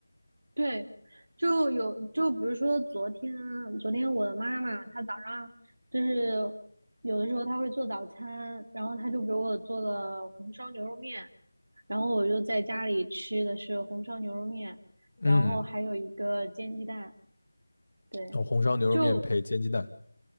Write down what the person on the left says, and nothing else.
嗯，
哦红烧牛肉面配煎鸡蛋，